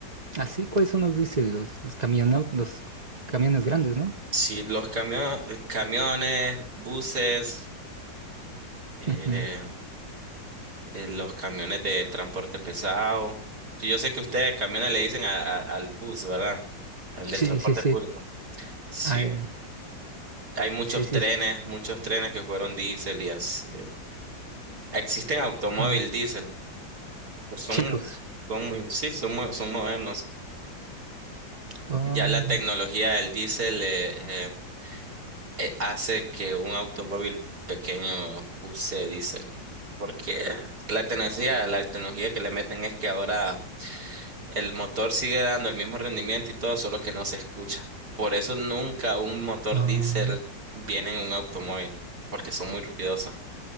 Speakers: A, on the right (about 35°); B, on the right (about 60°).
A: Así, ¿cuáles son los, dice, los, los camiones, los camiones grandes, ¿no?
B: Sí, los camio- camiones, buses, eh,
A: Ujú.
B: eh, los camiones de transporte pesado. Sí, Yo sé que ustedes camiones le dicen a- a- al bus, ¿verdad? Al del
A: Sí,
B: transporte
A: sí, sí.
B: público. Sí.
A: Al-
B: Hay muchos
A: sí, sí,
B: trenes,
A: sí.
B: muchos trenes que fueron diésel y así. Existen automóvil
A: Ujú.
B: diésel, pero son,
A: Chicos.
B: son muy, sí, son, mo- son modernos.
A: Oh.
B: Ya la tecnología del diésel eh, eh, eh, hace que un automóvil pequeño use diésel, porque la tecnología, la tecnología que le meten es que ahora El motor sigue dando el mismo rendimiento y todo, solo que no se escucha. Por eso nunca un motor
A: Ah,
B: diésel viene en un automóvil, porque son muy ruidosos.